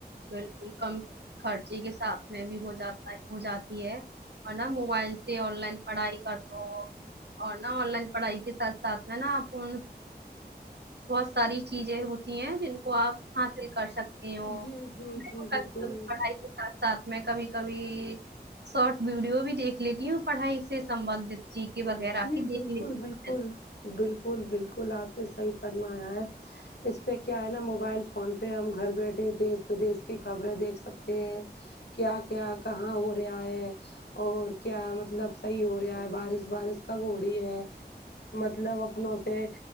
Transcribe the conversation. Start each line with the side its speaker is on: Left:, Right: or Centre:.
Right: بالکل کم خرچے کے ساتھ میں بھی ہو جاتا ہے ہو جاتی ہے اور نا موبائل سے آن لائن پڑھائی کر لو اور نا آن لائن پڑھائی کے ساتھ ساتھ میں نا آپ ان بہت ساری چیزیں ہوتی ہیں جن کو آپ حاصل کر سکتے تے ہو
Left: جی جی
Right: <unintelligible>
Left: جی بالکل
Right: پڑھائی کے ساتھ ساتھ میں کبھی کبھی شارٹ ویڈیو بھی دیکھ لیتی ہوں پڑھائی سے سمبندھت چی کے وغیرہ
Left: جی
Right: <unintelligible>
Left: بالکل بالکل بالکل بالکل آپ نے صحیح فرمایا ہے اس پے کیا ہے نا موبائل فون پے ہم گھر بیٹھے دیش ودیش کی خبریں دیکھ سکتے ہیں کیا کیا کہاں ہو رہا ہے اور کیا مطلب صحیح ہو رہا ہے بارش وبارش کب ہو رہی ہے مطلب اپنوں سے